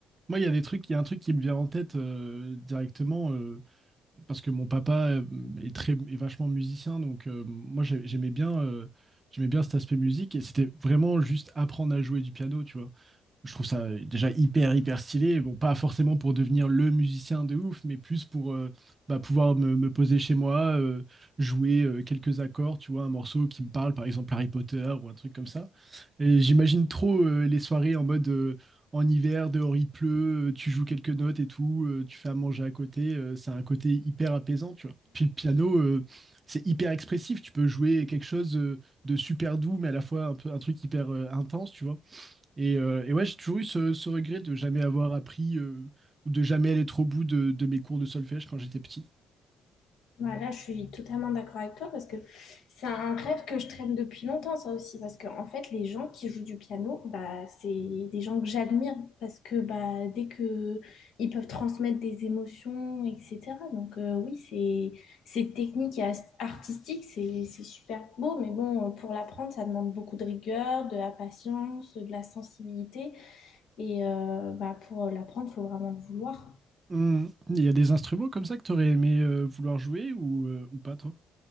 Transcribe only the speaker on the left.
Voilà, je suis totalement d'accord avec toi parce que c'est un rêve que je traîne depuis longtemps, ça aussi, parce que en fait, les gens qui jouent du piano, bah, c'est des gens que j'admire parce que bah, dès que ils peuvent transmettre des émotions, etc. Donc euh, oui, c'est c'est technique et as- artistique, c'est c'est super beau, mais bon, pour l'apprendre, ça demande beaucoup de rigueur, de la patience, de la sensibilité, et euh, bah, pour l'apprendre, faut vraiment le vouloir.